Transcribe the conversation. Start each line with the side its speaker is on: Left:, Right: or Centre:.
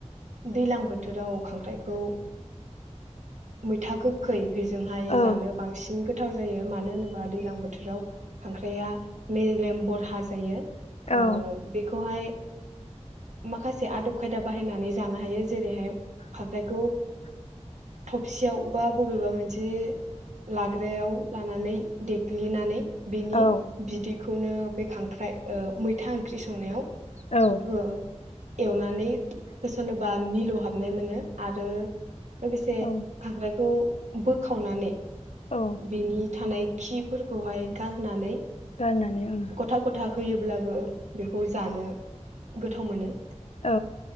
Right: दैलां बोथोराव खांख्राइखौ मैथा गोखै बेज जोंहाय
Left: औ
Right: जानो बांसिन गोथाव जायो मानो होनोबा दैलां बोथोराव खांख्राइआ मेलेम बरहा जायो। ओ
Left: औ
Right: बेखौहाय माखासे आदब खायदा बाहायनानै जानो हायो जेरैहाय खांख्राइखौ <unintelligible> बा बबेबा मोनसे लाग्रायाव लानानै देग्लिनानै बिनि
Left: औ
Right: बिदै खौनो बे खांख्राइ ओ मैथा ओं ख्रि संनायाव
Left: औ
Right: ओ एवनानै होसनोबा मिलौहाब नाय मोनो आरो लोगोसे
Left: औ
Right: बेखौ बोखावनानै
Left: औ
Right: बिनि थानाय खिफोरखौहाय गारनानै
Left: गारनानै ओं।
Right: गथा गथा होयोब्लाबो बेखौ जानो गोथाव मोनो।
Left: औ